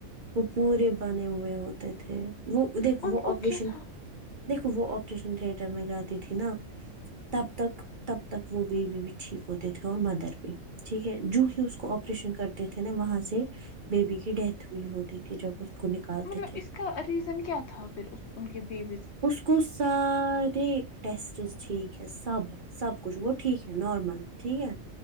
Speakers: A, on the right; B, on the left.
A: وہ پورے بنے ہوئے ہوتے تھے وہ دیکھ
B: ان
A: وہ
B: کو
A: آپریشن
B: کیا تھا
A: دیکھو وہ آپریشن تھیٹر میں جاتی تھی نا تب تک تب تک وہ بیبی بھی ٹھیک ہوتے تھے اور مدر بھی ٹھیک ہے جوں ہی اس کو آپریشن کرتے تھے نا وہاں سے بیبی کی ڈیتھ ہوئی ہوتی تھی جب اس کو نکالتے
B: مطلب
A: تھے
B: اس کا ریزن کیا تھا پھر کے ان کے بیبی
A: اس کو سارے ٹیسٹس ٹھیک ہے سب سب کچھ وہ ٹھیک ہے نارمل ٹھیک ہے